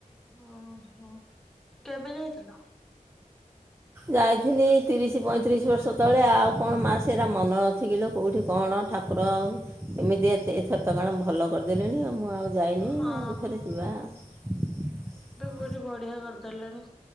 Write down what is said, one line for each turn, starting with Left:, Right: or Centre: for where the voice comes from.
Centre: ଓହୋ! କେବେ ଯାଇଥିଲ?
Right: ଯାଇଥିନି, ତିରିଶ ପଇଁତିରିଶ ବର୍ଷ ତଳେ, ଆଉ କଣ ମା ସେରା ମନେ ଅଛି କିଲୋ କଉଠି କଣ ଠାକୁର ଏମିତି ଏତେ ଏଥର ତ କଣ ଭଲ କରିଦେଲେଣି ଆ ମୁଁ ମୁଁ ଆଉ ଯାଇନି
Centre: ହଁ
Right: ଆଉ ଏଥରେ ଯିବା ଆଉ।
Centre: ପୁଅଟି ବଢିଆ କରିଦେଲେଣି।